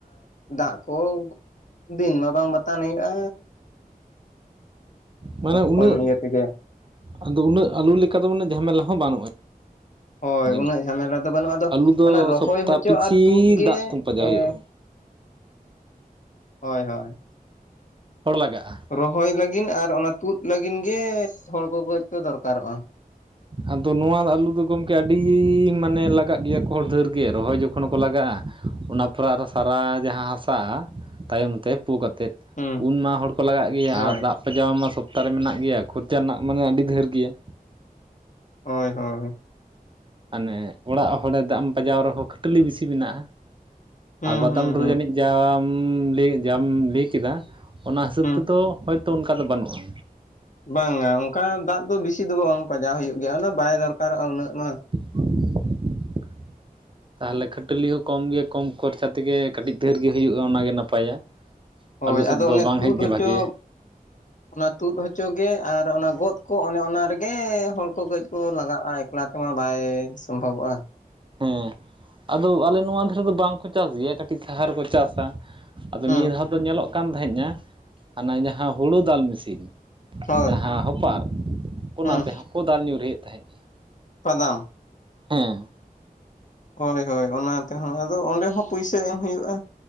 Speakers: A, on the left (about 55°); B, on the right (about 35°).
A: ᱫᱟᱜ ᱠᱚ ᱫᱤᱱ ᱢᱟ ᱵᱟᱝ ᱵᱟᱛᱟᱱ ᱦᱩᱭᱩᱜᱼᱟ᱾
B: ᱢᱟᱱᱮ ᱩᱱᱟᱹᱜ
A: ᱠᱚᱢ ᱤᱭᱟᱹ ᱛᱮᱜᱮ
B: ᱟᱫᱚ ᱩᱱᱟᱹᱜ ᱟᱹᱞᱩ ᱞᱮᱠᱟ ᱫᱚ ᱢᱟᱱᱮ ᱡᱷᱟᱢᱮᱞᱟ ᱦᱚᱸ ᱵᱟᱹᱱᱩᱜᱼᱟ
A: ᱦᱳᱭ
B: ᱡᱟᱹᱱᱤᱡ
A: ᱩᱱᱟᱹᱜ ᱡᱷᱟᱢᱮᱞᱟ ᱫᱚ ᱵᱟᱹᱱᱩᱜᱼᱟ ᱟᱫᱚ
B: ᱟᱹᱞᱩ ᱫᱚ
A: ᱚᱱᱟ ᱨᱚᱦᱚᱭ
B: ᱥᱚᱯᱛᱟ
A: ᱦᱚᱪᱚ
B: ᱯᱤᱪᱷᱤ
A: ᱟᱨ ᱛᱩᱫ ᱜᱮ
B: ᱫᱟᱜ ᱠᱚ ᱯᱟᱸᱡᱟᱣ
A: ᱮᱸ
B: ᱦᱩᱭᱩᱜᱼᱟ᱾
A: ᱦᱳᱭ ᱦᱳᱭ
B: ᱦᱚᱲ ᱞᱟᱜᱟᱜᱼᱟ᱾
A: ᱨᱚᱦᱚᱭ ᱞᱟᱹᱜᱤᱫ ᱟᱨ ᱚᱱᱟ ᱛᱩᱫ ᱞᱟᱹᱜᱤᱫ ᱜᱮ ᱦᱚᱲ ᱠᱚ ᱠᱟᱹᱡ ᱠᱚ ᱫᱚᱨᱠᱟᱨᱚᱜᱼᱟ
B: ᱟᱫᱚ ᱱᱚᱣᱟ ᱟᱹᱞᱩ ᱫᱚ ᱜᱚᱢᱠᱮ ᱟᱹᱰᱤ ᱢᱟᱱᱮ ᱞᱟᱜᱟᱜ ᱜᱮᱭᱟ ᱠᱚ ᱦᱚᱲ ᱰᱷᱮᱨ ᱜᱮ ᱨᱚᱦᱚᱭ ᱡᱚᱠᱷᱚᱱ ᱦᱚᱸᱠᱚ ᱞᱟᱜᱟᱜᱼᱟ᱾ ᱚᱱᱟ ᱯᱚᱨᱮ ᱟᱨᱚ ᱥᱟᱨᱟ ᱡᱟᱦᱟᱸ ᱦᱟᱥᱟᱜ-ᱟ ᱛᱟᱭᱚᱢ ᱛᱮ ᱯᱩ ᱠᱟᱛᱮᱫ
A: ᱦᱩᱸ
B: ᱩᱱ ᱢᱟ ᱦᱚᱲ ᱠᱚ ᱞᱟᱜᱟᱜ ᱜᱮᱭᱟ
A: ᱦᱳᱭ
B: ᱟᱨ ᱫᱟᱜ ᱯᱟᱡᱟᱣ ᱢᱟ ᱥᱚᱯᱛᱟ ᱨᱮ ᱢᱮᱱᱟᱜ ᱜᱮᱭᱟ ᱠᱷᱚᱨᱪᱟ ᱨᱮᱱᱟᱜ ᱢᱟᱱᱮ ᱟᱹᱰᱤ ᱰᱷᱮᱨ ᱜᱮᱭᱟ
A: ᱦᱳᱭ ᱦᱳᱭ
B: ᱟᱱᱮ ᱚᱲᱟᱜ ᱦᱚᱲᱮ ᱫᱟᱜ ᱮᱢ ᱯᱟᱡᱟᱣ ᱨᱮᱦᱚᱸ ᱠᱷᱟᱹᱴᱟᱹᱞᱤ ᱵᱤᱥᱤ ᱢᱮᱱᱟᱜᱼᱟ᱾
A: ᱦᱩᱸ
B: ᱟᱨ ᱵᱟᱫᱟᱢ
A: ᱦᱩᱸ
B: ᱨᱮᱫᱚ
A: ᱦᱩᱸ
B: ᱡᱟᱹᱱᱤᱡ ᱡᱟᱢ ᱞᱟᱹᱭ ᱡᱟᱢ ᱞᱟᱹᱭ ᱠᱮᱫᱟ ᱚᱱᱟ ᱦᱤᱥᱟᱹᱵ
A: ᱦᱩᱸ
B: ᱛᱮᱫᱚ ᱦᱚᱭ ᱛᱚ ᱚᱱᱠᱟ ᱫᱚ ᱵᱟᱹᱱᱩᱜ-ᱟ᱾
A: ᱵᱟᱝᱼᱟ ᱚᱱᱠᱟ ᱫᱟᱜ ᱫᱚ ᱵᱤᱥᱤ ᱫᱚ ᱵᱟᱝ ᱯᱟᱡᱟᱣ ᱦᱩᱭᱩᱜ ᱜᱮᱭᱟ ᱩᱱᱟᱹᱜ ᱵᱟᱭ ᱫᱚᱨᱠᱟᱨᱚᱜᱼᱟ ᱩᱱᱟᱹᱜ ᱢᱟᱱᱮ
B: <unintelligible> ᱛᱟᱦᱚᱞᱮ ᱠᱷᱟᱹᱴᱟᱹᱞᱤ ᱦᱚᱸ ᱠᱚᱢ ᱜᱮ ᱠᱚᱢ ᱠᱷᱚᱨᱪᱟ ᱛᱮᱜᱮ ᱠᱟᱹᱴᱤᱡ ᱫᱷᱟᱹᱨ ᱜᱮ ᱦᱩᱭᱩᱜᱼᱟ ᱚᱱᱟᱜᱮ ᱱᱟᱯᱟᱭ-ᱟ᱾
A: ᱦᱳᱭ
B: ᱟᱹᱞᱩ ᱥᱮᱫ
A: ᱟᱫᱚ
B: ᱫᱚ
A: ᱚᱱᱮ
B: ᱵᱟᱝ
A: ᱛᱩᱫ
B: ᱦᱮᱡ ᱜᱮ
A: ᱦᱚᱪᱚ
B: ᱵᱷᱟᱜᱮᱭᱟ
A: ᱚᱱᱟ ᱛᱩᱫ ᱦᱚᱪᱚᱜᱮ ᱟᱨ ᱚᱱᱟ ᱜᱚᱫ ᱠᱚ ᱚᱱᱮ ᱚᱱᱟ ᱨᱮᱜᱮ ᱦᱚᱲ ᱠᱚ ᱠᱟᱹᱡ ᱠᱚ ᱞᱟᱜᱟᱜᱼᱟ᱾ ᱚᱱᱟ ᱛᱮᱢᱟ ᱵᱟᱭ ᱥᱚᱢᱵᱷᱚᱵᱚᱜᱼᱟ᱾
B: ᱦᱮᱸ ᱟᱫᱚ ᱟᱞᱮ ᱱᱚᱣᱟ ᱫᱷᱟᱨᱮ ᱫᱚ ᱵᱟᱝᱠᱚ ᱪᱟᱥ ᱜᱮᱭᱟ ᱠᱟᱹᱴᱤᱡ ᱥᱟᱦᱟ ᱨᱮ ᱠᱚ ᱪᱟᱥ-ᱟ᱾ ᱟᱫᱚ
A: ᱦᱩᱸ
B: ᱱᱤᱭᱟᱹ ᱫᱷᱟᱣ ᱫᱚ ᱧᱮᱞᱚᱜ ᱠᱟᱱ ᱛᱟᱦᱮᱼᱟ ᱦᱟᱱᱟ ᱡᱟᱦᱟᱸ ᱦᱳᱲᱩ ᱫᱟᱞ ᱢᱮᱥᱤᱱ
A: ᱦᱳᱭ
B: ᱡᱟᱦᱟᱸ ᱦᱚᱯᱟᱨ ᱚᱱᱟ
A: ᱦᱩᱸ
B: ᱛᱮᱦᱚᱸ ᱠᱚ ᱫᱟᱞ ᱧᱩᱨᱦᱤᱭᱮᱫ ᱛᱟᱦᱮᱸᱫ-ᱟ᱾
A: ᱯᱟᱫᱟᱢ
B: ᱦᱮᱸ
A: ᱦᱳᱭ ᱦᱳᱭ ᱚᱱᱟ ᱛᱮᱦᱚᱸ ᱟᱫᱚ ᱚᱸᱰᱮ ᱦᱚᱸ ᱯᱩᱭᱥᱟᱹ ᱮᱢ ᱦᱩᱭᱩᱜᱼᱟ